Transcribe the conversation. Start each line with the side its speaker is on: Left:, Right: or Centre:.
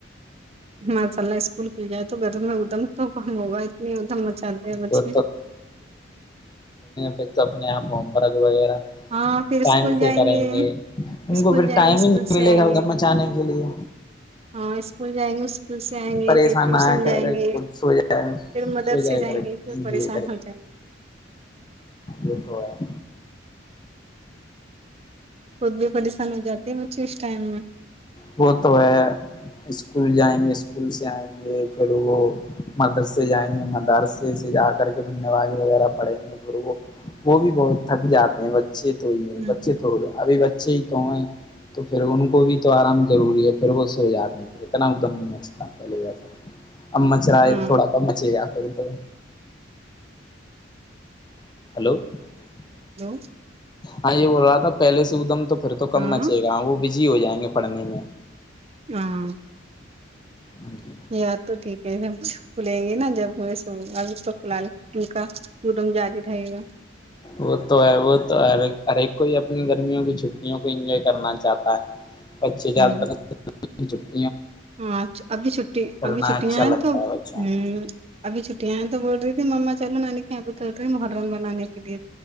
Right: مس اللہ اسکول ک جات <unintelligible> تو گھرم میں ادم تو کم ہوگا اتنی ادھم بچاتے ہیں بچے
Left: وہ
Right: <unintelligible>
Left: پ تو اپنے آپ ہوم پررک وغیرہ <unintelligible>
Right: ہاں پھر اسکول
Left: ٹائم سے
Right: جائیں
Left: کریں
Right: گے
Left: ان
Right: اسکول
Left: کو پھر
Right: جائیں
Left: ٹائم
Right: گے اسکول
Left: ہی نہیں
Right: سے
Left: ملے
Right: آئیں
Left: گا ادھر
Right: گے
Left: مچانے کے لیے
Right: ہاں اسکول جائیں گے <unintelligible> سے آئیں گے
Left: پریشان
Right: پھر ٹیوشن
Left: نہ کرے
Right: جائیں گے
Left: ک سو جائے
Right: پھر مدرسے
Left: سو جائے
Right: جائیں
Left: کرے
Right: گے پھر
Left: ہ جی
Right: پریشان ہو جائیں گے
Left: یہ تو <unintelligible>
Right: خود بھی پریشانی ہو جاتی ہے مھے اس ٹائم میں <unintelligible>
Left: وہ تو ہے اسکول جائیں گے اسکول سے آئیں گے پھر وہ مدرسے جائیں گے مدرسے سے جا کر کے پھر نواز وغیرہ پڑھیں گے پھر وہ وہ بھی بہت تھک جاتے ہیں بچے <unintelligible> بچے تو ہی ہے بچے
Right: ہوں،
Left: تو ہو رہے ابھی بے <unintelligible> اچھے ہی تو ہے تو پھر ان کو بھی تو آرام ضروری ہے پھر وہ سو جاتے پھر اتنا دم نہیں مچتا پہلے جیسا اب مچ رہا ہے
Right: ہاں
Left: تھوڑا سا مچے گا پھر تو <inaudible> <inaudible>
Right: ہلو
Left: ہاں یہ بول رہا تھا پہل سے ایک دم تو پھر تو کم
Right: ہاں
Left: مچے گا وہ بزی ہو جائے گا پڑھنے میں
Right: ہاں
Left: ہاں جی
Right: یاد تو ٹھیک ہے س کھلیں گی نا جب میں س اب ک لال ان کا م جدیٹائیے گا
Left: وہ تو ہے وہ تو ہر ہر ایک کو ہی اپنی گرمیوں کی چھٹیوں کو انجوائے کرنا چاہتا ہے اچھے جد
Right: ہوں
Left: تک <inaudible>
Right: ہاں ابھی چھٹی
Left: پھرنا
Right: ابھی چھٹیاں
Left: اچھا
Right: ہیں
Left: لگتا
Right: تو
Left: ہے بچوں
Right: ہ
Left: کو
Right: ابھی چھٹٹییاں ہیں تو بول رہی تھی مما چلو نانی کے یہاں پہ چل رہی ہے محرم بنانے کے لیے